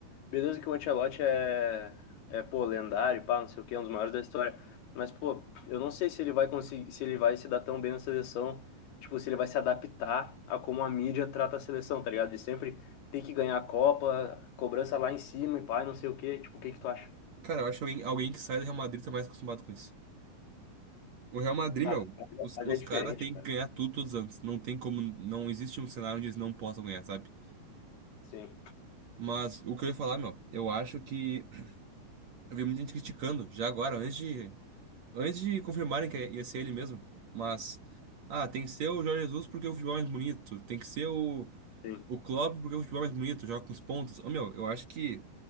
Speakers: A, on the left; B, on the right.
A: Beleza que o Ancelotti é, é, pô, lendário, pá, não sei o quê, é um dos maiores da história. Mas, pô, eu não sei se ele vai conseguir, se ele vai se dar tão bem na seleção, tipo, se ele vai se adaptar a como a mídia trata a seleção, tá ligado? De sempre ter que ganhar a Copa, cobrança lá em cima e pá, e não sei o quê. Tipo, o que que tu acha?
B: Cara, eu acho que alguém, alguém que sai do Real Madrid tá mais acostumado com isso. O Real Madrid,
A: Ah,
B: meu, os,
A: mas
B: os
A: é diferente,
B: caras têm
A: cara.
B: que ganhar tudo todos os anos. Não tem como. Não existe um cenário onde eles não possam ganhar, sabe?
A: Sim,
B: Mas o que eu ia falar, meu, eu acho que. Eu vi muita gente criticando, já agora, antes de Antes de confirmarem que ia ser ele mesmo, mas. Ah, tem que ser o Jorge Jesus porque o futebol é mais bonito. Tem que ser o,
A: sim.
B: o Klopp porque o futebol é mais bonito, joga com os pontos. Ô, meu, eu acho que